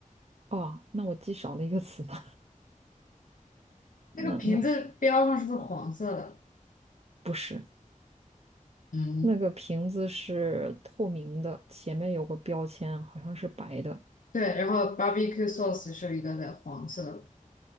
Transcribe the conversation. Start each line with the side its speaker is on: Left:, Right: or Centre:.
Right: 哦，那我记少了一个词呢，
Left: 那个瓶子标上是不是黄色的？
Right: <laughs> 那那不是。
Left: 嗯，
Right: 那个瓶子是透明的，前面有个标签，好像是白的。
Left: 对。然后 barbecue sauce 是一个的黄色的，